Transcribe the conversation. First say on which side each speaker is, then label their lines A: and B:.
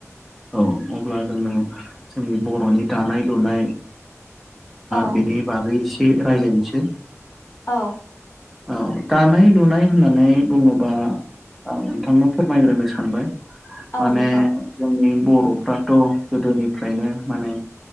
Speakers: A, in the centre; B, on the left (about 80°).
A: औ अब्ला जोङो जोंनि बर'नि दानाय लुनाय
B: औ
A: बेनि बागै एसे रायलायनोसै
B: औ
A: औ दानाय लुनाय होननानै बुङोबा आं नोंथांनो फोरमायग्रोनो सानबाय
B: औ
A: माने
B: नोंथां
A: जोंनि बर'फ्राथ' गोदोनिफ्रायनो माने